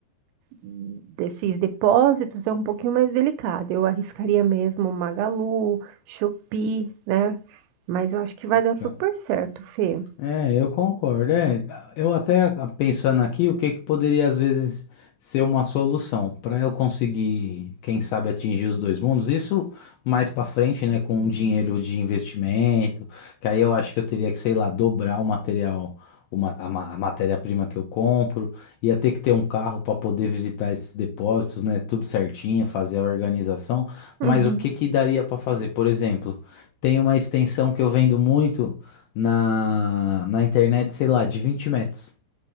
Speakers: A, on the right; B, on the left.
A: desses depósitos é um pouquinho mais delicado. Eu arriscaria mesmo Magalu, Shopee, né? Mas eu acho que vai dar
B: Que-
A: super certo, Fê.
B: É, eu concordo. É, eu até pensando aqui, o que que poderia às vezes ser uma solução para eu conseguir, quem sabe, atingir os dois mundos? Isso mais para frente, né, com o dinheiro de investimento, que aí eu acho que eu teria que, sei lá, dobrar o material, uma, a, ma- a matéria-prima que eu compro, ia ter que ter um carro para poder visitar esses depósitos, né, tudo certinho, fazer a organização.
A: Uhum,
B: Mas o que que daria para fazer? Por exemplo, tem uma extensão que eu vendo muito na, na internet, sei lá, de 20 metros.